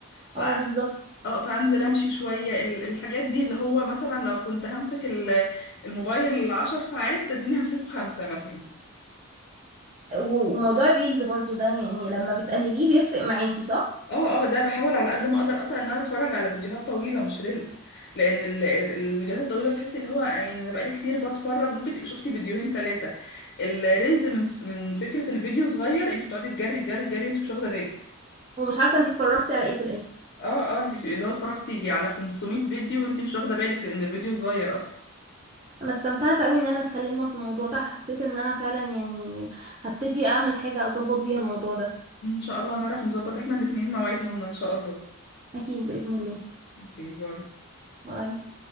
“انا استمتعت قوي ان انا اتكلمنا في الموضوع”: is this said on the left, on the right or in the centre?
Right